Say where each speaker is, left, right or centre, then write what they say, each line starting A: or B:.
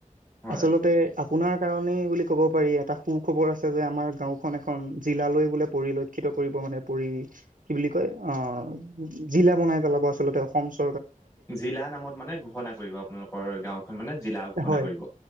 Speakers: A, on the left; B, on the right.
A: হয়।
B: আচলতে আপোনাৰ কাৰণেই বুলি ক'ব পাৰি এটা সুখবৰ আছে যে আমাৰ গাঁওখন এখন জিলালৈ বোলে পৰিলক্ষিত কৰিব মানে কৰি কি বুলি কয় অ জিলা বনাই পেলাব আচলতে অসম চ
A: জিলা নামত মানে ঘোষণা কৰিব। আপোনালোকৰ গাওখন মানে জিলা ঘোষণা
B: হয়
A: কৰিব